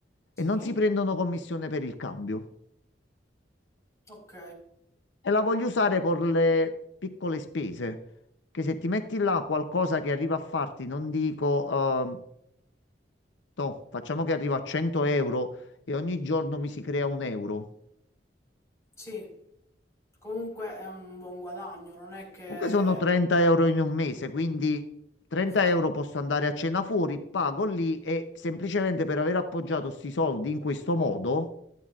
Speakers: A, on the left; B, on the left.
A: e
B: Sì,
A: non si prendono commissione per il cambio.
B: ok.
A: E la voglio usare con le piccole spese, che se ti metti là qualcosa che arriva a farti, non dico, ehm, no, facciamo che arriva a 100 euro e ogni giorno mi si crea un euro.
B: Sì, comunque è un buon guadagno, non è che...
A: Comunque sono 30 euro in un mese, quindi 30
B: Esatto,
A: euro posso andare a cena fuori, pago lì e semplicemente per aver appoggiato sti soldi in questo modo